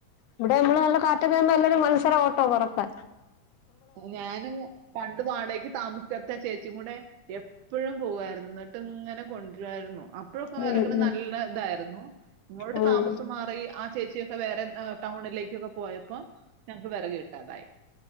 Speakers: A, on the left (about 75°); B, on the right (about 75°).
A: ഇവിടെ
B: ഇഷ്ടാണ്
A: നമ്മള് നല്ല കാറ്റൊക്കെ അടിക്കുമ്പോ എല്ലരും മത്സരാ പെറക്കാൻ
B: ഞാനും പണ്ട് വാടകക്ക് താമസി ചുടുത്ത ചേച്ചി കു കൂടെ എപ്പോഴും പോകായിരുന്നു ഇങ്ങനെ കൊണ്ടുവായിരുന്നു അപ്പോഴൊക്കെ
A: ഉം
B: വരക്കുന്ന
A: ഉം
B: നല്ല ഇതായിരുന്നു. <inaudible> മങ്ങളോട്
A: ഉം
B: താമസം മാറി ആഹ് ചേച്ചിക്കെ വേറെ- ടൗണിലേക്കൊക്കെ പോയപ്പോ ഞങ്ങക്ക് വിറക് കിട്ടാതായി.